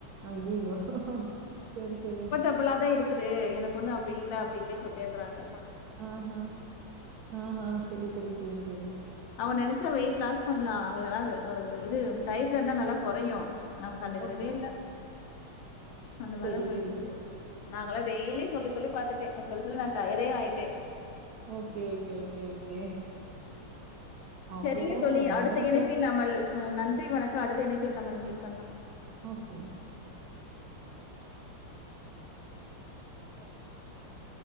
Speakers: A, on the right; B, on the left.
A: ஐயயோ செரி செரி
B: இவ்ளாதா இருக்குது எனக்கு ஒண்ணு அப்டி இல்ல அப்டி இல்லன்னு சொல்ட்டே இருக்கறாங்க.
A: ஆ ஹா ஆ ஹா செரி செரி செரி செரி
B: அவங்க நெனைச்சா வெயிட் லாஸ் பண்லா அவங்க அதாவ்து ஆ இது டயட்ல இருந்தா நல்லா கொறையு. அவங்க கண்டுக்கறதே
A: ஓகே.
B: இல்ல. அந்த மாரிதா
A: சரி,
B: போயிட்ருக்குது
A: சரி, சரி.
B: நா நால்லா டெய்லி சொல்லி சொல்லி பாத்துட்டே. நா சொல்லி சொல்லி நா டயேடே ஆயிட்டே.
A: ஓகே ஓகே ஓகே ஓகே அப்படிதான்
B: செரிங்க தோழி அடுத்த
A: உடம்ப
B: இணைப்பில் நாமள் ஆ நன்றி வணக்கோ அடுத்த இணைப்பில் நம்ம மீட் பண்லா.
A: ஓகேங் <inaudible>